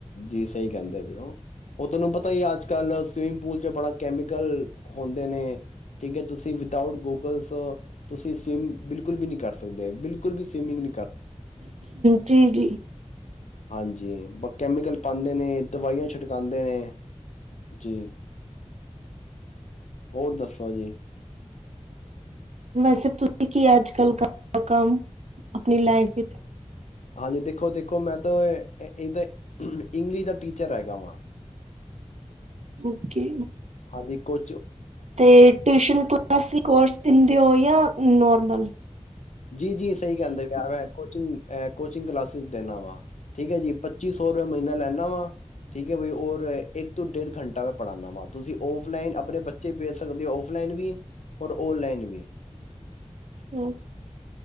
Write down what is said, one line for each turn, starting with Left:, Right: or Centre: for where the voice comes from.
Left: ਜੀ ਸਈ ਕੇਂਦੇ ਪਏ ਔਂ ਔ ਤੁਆਨੂੰ ਪਤਾ ਈ ਏ ਅੱਜ-ਕੱਲ ਸਵੀਮਿੰਗ ਪੂਲ ਚ ਬੜਾ ਕੈਮੀਕਲ ਹੁੰਦੇ ਨੇ ਠੀਕ ਏ ਤੁਸੀਂ ਵਿਦਊਟ ਗੂਗਲਸ ਤੁਸੀਂ ਸਵਿਮ ਬਿਲਕੁਲ ਵੀ ਨੀ ਕਰ ਸਕਦੇ ਬਿਲਕੁਲ ਵੀ ਸਵੀਮਿੰਗ ਨ
Right: ਜੀ-ਜੀ
Left: ਹਾਂਜੀ ਬ ਕੈਮੀਕਲ ਪਾਂਦੇ ਨੇ ਦਵਾਈਆਂ ਛਿੜਕਾਂਦੇ ਨੇ ਜੀ ਹੋਰ ਦੱਸੋ ਜੀ।
Right: ਵੈਸੇ ਤੁਸੀਂ ਕੀ ਅੱਜ ਕਰਦੇ ਕੰਮ ਅਪਨੀ ਲਾਈਫ਼ ਵਿੱਚ
Left: ਹਾਂਜੀ ਦੇਖੋ ਦੇਖੋ ਮੈਂ ਤਾਂ ਇ ਤਾਂ ਇੰਗਲਿਸ਼ ਦਾ ਟੀਚਰ ਹੈਗਾ ਵਾਂ।
Right: ਔਕੇ।
Left: ਜੀ ਕੁ
Right: ਤੇ ਟਿਊਸ਼ਨ ਕਲਾਸ ਵੀ ਕੋਰਸ ਦਿੰਦੇ ਹੋ ਯਾ ਨੋਰਮਲ
Left: ਜੀ-ਜੀ, ਸਈ ਕਹਿੰਦੇ ਪਏ ਐਵੇਂ ਕੋਚਿੰਗ ਐ ਕੋਚਿੰਗ ਕਲਾਸਿਸ ਦਿਨਾਂ ਵਾ, ਠੀਕ ਹੈ ਜੀ! ਪੱਚੀ ਸੌ ਰੁਪਆ ਮਹੀਨਾ ਲੈਨਾਂ ਵਾਂ। ਠੀਕ ਐ ਬਾਈ, ਔਰ ਇੱਕ ਤੋਂ ਡੇਢ ਘੰਟਾ ਮੈਂ ਪੜ੍ਹਾਦਾ ਵਾਂ ਤੁਸੀਂ ਔਫਲਾਈਨ ਆਪਨੇ ਬੱਚੇ ਭੇਜ ਸਕਦੇ ਹੋ ਔਫਲਾਈਨ ਵੀ, ਹੌਰ ਔਨਲਾਈਨ ਵੀ।
Right: ਹੰ